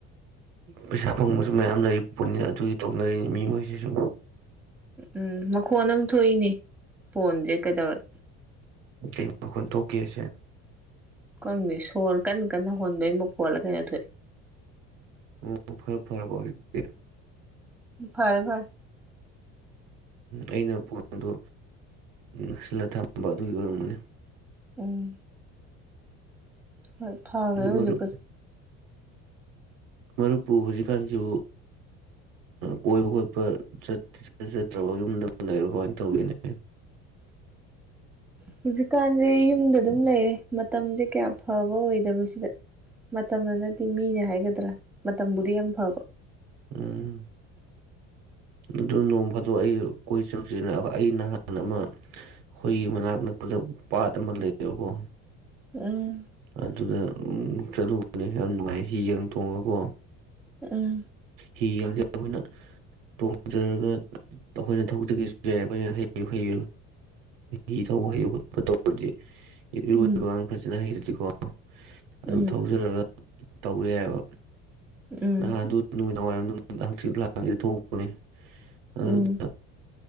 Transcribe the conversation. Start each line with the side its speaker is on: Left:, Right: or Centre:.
Right: ꯄꯩꯁꯥ ꯐꯪꯕꯁꯨ ꯃꯌꯥꯝ ꯂꯩ ꯄꯨꯣꯠꯅꯤ ꯑꯗꯨꯒꯤ ꯇꯧꯅꯔꯤꯅꯤ ꯃꯤ ꯃꯣꯏꯁꯤ ꯁꯨ
Centre: ꯎꯝ ꯃꯈꯣꯟ ꯑꯃ ꯊꯣꯛꯏꯅꯦ ꯐꯣꯟꯁꯦ ꯀꯩꯗꯧꯔꯦ
Right: ꯀꯩ ꯃꯈꯣꯟ ꯊꯣꯛꯀꯦ ꯍꯥꯌꯁꯦ
Centre: ꯈꯪꯗꯦ ꯁꯣꯔ ꯀꯟꯅ ꯀꯟꯅ ꯍꯣꯟꯕꯩꯨ ꯃꯈꯣꯜ ꯀꯩꯅꯣ ꯊꯣꯛꯏ
Right: ꯎꯝ ꯈꯔ ꯐꯔꯕꯣ ꯍꯧꯖꯤꯛꯇꯤ
Centre: ꯐꯔꯦ ꯐꯔꯦ
Right: ꯑꯩꯅ ꯐꯣꯟ ꯑꯗꯨ ꯅꯛꯁꯤꯜꯂ ꯊꯝꯕ ꯑꯗꯨꯒꯤ ꯑꯣꯏꯔꯝꯒꯅꯤ
Centre: ꯎꯝ <unintelligible>
Right: ꯃꯔꯨꯞ ꯃꯔꯨꯞꯄꯨ ꯍꯧꯖꯤꯛꯀꯥꯟꯁꯤꯕꯨ ꯀꯣꯏꯕ ꯈꯣꯠꯄ ꯆꯠꯇ꯭ꯔꯕꯣ <unintelligible> ꯂꯩꯔꯣ ꯀꯃꯥꯏꯅ ꯇꯧꯒꯅꯦ
Centre: ꯍꯧꯖꯤꯛꯀꯥꯟꯁꯦ ꯌꯨꯝꯗ ꯑꯗꯨꯝ ꯂꯩꯔꯦ ꯃꯇꯝꯁꯦ ꯀꯌꯥ ꯐꯕ ꯑꯣꯏꯗꯕꯁꯤꯗ ꯃꯇꯝꯅ ꯅꯠꯇꯦ ꯃꯤꯅꯦ ꯍꯥꯏꯒꯗ꯭ꯔꯥ ꯃꯇꯝꯕꯨꯗꯤ ꯌꯥꯝ ꯐꯕ
Right: ꯎꯝ ꯑꯗꯨ ꯅꯣꯡ ꯐꯥꯗꯣꯛ ꯑꯩ ꯀꯣꯏ ꯆꯠꯂꯨꯁꯤꯔꯕ ꯑꯩ ꯅꯍꯥꯟ ꯑꯃ ꯍꯣꯏ ꯃꯅꯥꯛ ꯅꯛꯄꯗ ꯄꯥꯠ ꯑꯃ ꯂꯩꯌꯦꯕꯀꯣ
Centre: ꯎꯝ
Right: ꯑꯗꯨꯗ ꯆꯠꯂꯨꯕꯅꯤ ꯌꯥꯝ ꯅꯨꯡꯉꯥꯏ ꯍꯤꯒ ꯇꯣꯡꯉꯀꯣ
Centre: ꯎꯝ
Right: ꯍꯤ ꯒꯥꯡꯖꯦ ꯑꯩꯈꯣꯏꯅ ꯇꯣꯡꯖꯔꯒ ꯑꯩꯈꯣꯏꯅ ꯊꯧꯖꯒꯦꯁꯨ ꯌꯥ ꯑꯩꯈꯣꯏꯅ ꯍꯩ ꯍꯩ ꯍꯤ <unintelligible> ꯊꯧꯕ ꯍꯩꯨ ꯈꯣꯠꯄ ꯇꯧꯔꯗꯤ <unintelligible>
Centre: ꯎꯝ
Right: ꯑꯗꯨꯀꯣ ꯑꯗꯨꯝ
Centre: ꯎꯝ
Right: ꯊꯧꯖꯔꯒ ꯇꯧꯕ ꯌꯥꯏꯑꯕ
Centre: ꯎꯝ
Right: ꯅꯍꯥꯟꯗꯨ ꯅꯨꯃꯤꯗꯥꯡ ꯋꯥꯏꯔꯝ ꯍꯛꯆꯤꯠ ꯂꯥꯡꯒꯦ ꯊꯣꯛꯎꯕꯅꯦ ꯑꯗꯨꯅ
Centre: ꯎꯝ